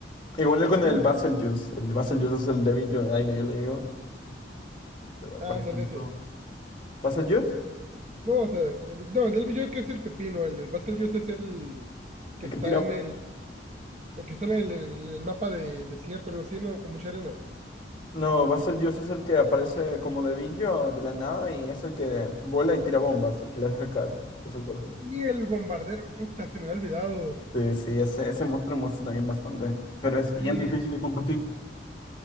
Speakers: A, on the left (about 25°); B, on the right (about 35°).
A: Igual
B: <laughs>
A: con el
B: No,
A: Basil Juice. El Basil Juice es el débil yo de aire, yo le digo. Se va apareciendo
B: Ah, ándale, ese.
A: todo. ¿Basil Juice?
B: No, o sea, eh, no, el del Bellota es el pepino. El, el Basil es el que
A: El
B: está
A: que tira.
B: en el, el que está en el, el- el mapa de desierto, algo así, ¿no? Con mucha arena.
A: No, Basil Juice es el que aparece como debillo de la nada y es el que vuela y tira bombas, el que le hace caer de su cuerpo.
B: Sí, el bombardero. Puta, se me había olvidado.
A: Sí, sí, ese, ese monstruo me gusta también bastante. Pero es bien
B: Sí,
A: difícil de combatir